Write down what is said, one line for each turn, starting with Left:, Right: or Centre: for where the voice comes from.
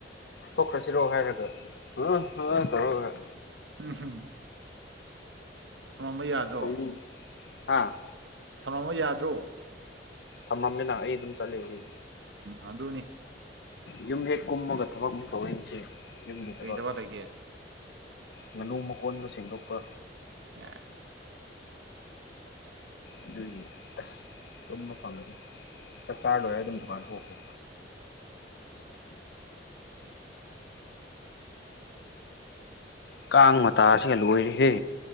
Left: ꯊꯣꯛꯈ꯭ꯔꯁꯤꯔꯣ ꯍꯥꯏꯔꯒ ꯍꯪ ꯍꯥ ꯇꯧꯔꯒ
Right: ꯎꯝꯍꯝ ꯊꯝꯃꯝꯕ ꯌꯥꯗ
Left: <unintelligible> ꯍꯥ
Right: ꯊꯝꯃꯝꯕ ꯌꯥꯗ꯭ꯔꯣ
Left: ꯊꯝꯃꯝꯃꯦꯅ ꯑꯩ ꯑꯗꯨꯝ ꯆꯠꯂꯦ ꯌꯨꯝ
Right: ꯎꯝ ꯑꯗꯨꯅꯤ
Left: ꯌꯨꯝ ꯍꯦꯛ ꯀꯨꯝꯃꯒ ꯊꯕꯛꯃꯨꯛ ꯇꯧꯌꯦ ꯉꯁꯤ ꯌꯨꯝꯒꯤ
Right: ꯀꯔꯤ
Left: ꯊꯕꯛ
Right: ꯂꯩꯒꯦ
Left: ꯉꯥꯅꯨ ꯃꯀꯣꯟꯗꯣ ꯁꯦꯡꯗꯣꯛꯄ
Right: ꯉꯁ
Left: ꯑꯗꯨꯒꯤ ꯑꯁ ꯇꯨꯝꯕ ꯐꯪꯗꯦ ꯆꯥꯛ ꯆꯥꯔ ꯂꯣꯏꯔ ꯑꯗꯨꯝ ꯗꯨꯀꯥꯟ ꯊꯣꯛꯈ꯭ꯔꯦ ꯀꯥꯡ ꯃꯇꯥꯁꯤꯒ ꯂꯣꯏꯔꯦꯍꯦ